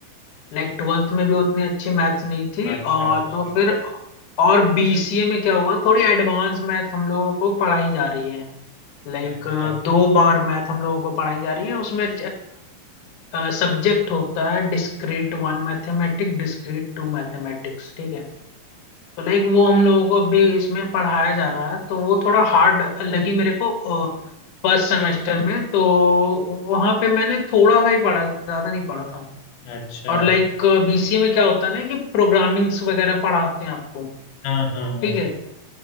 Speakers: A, on the left (about 65°); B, on the left (about 85°).
A: लाइक ट्वेल्थ में भी उतनी अच्छी मैथ्स नहीं थी
B: अच्छा
A: और
B: अच्छा
A: तो फिर और बीसीए में क्या हुआ थोड़ी एडवांस मैथ हम लोगों को पढ़ाई जा रही है लाइक
B: अच्छा
A: दो बार मैथ हम लोगों को पढ़ाई जा रही है उसमें सब्जेक्ट होता है discrete one mathematic discrete two mathematics ठीक है तो लाइक वो हम लोगों को अभी इसमें पढ़ाया जा रहा है तो वो थोड़ा हार्ड लगी मेरे को फर्स्ट सेमेस्टर में तो वहां पे मैंने थोड़ा सा ही पढ़ा ज्यादा नहीं पढ़ा था
B: अच्छा
A: और
B: अच्छा।
A: लाइक बीसीए में क्या होता है ना कि प्रोग्रामिंग्स वगैरह पढ़ाते हैं आपको
B: हाँ हाँ हाँ
A: ठीक है